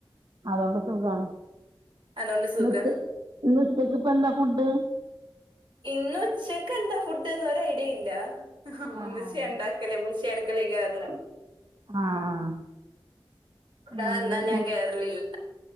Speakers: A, on the right (about 55°); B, on the right (about 70°).
A: അതോണ്ട് സുഖാണ്
B: അതോണ്ട് സുഖാ
A: ഇന്നുച് ഇന്നുച്ചക്ക് ഇപ്പ എന്താ ഫുഡ്?
B: ഇന്നുച്ചക്ക് എന്താ ഫുഡ്ന്ന് ഒരു ഐഡിയ ഇല്ല ഇമ്മച്ചി
A: ആഹ്
B: ഇണ്ടാക് ക്കൽ ഉമ്മുച്ചിയട്ക്കളെ കേറലാ
A: ആഹ് ആഹ്
B: ഇവിടെ
A: ഉം
B: വന്നാ ഞാൻ കേറലില്ല